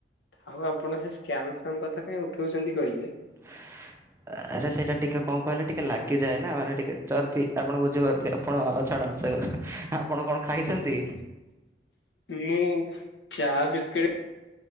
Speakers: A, on the left; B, on the right.
A: ଆଉ ଆପଣ ସେ ସ୍କାମ୍ ଫାମ୍ କଥା କାଇଁ ଉଠଉଛନ୍ତି କହିଲେ?
B: <inaudible> ଆରେ ସେଇଟା ଟିକେ କଣ କହିଲେ ଟିକେ ଲାଗିଯାଏ ନା ମାନେ ଟିକେ ଚର୍ବି ଆପଣ ବୁଝିପାରୁଥୂବେ। ଆପଣ ଛାଡ଼ନ୍ତୁ ସେ ଆପଣ କଣ ଖାଇଛନ୍ତି?
A: ମୁଁ ଚା ବିସ୍କୁିଟ୍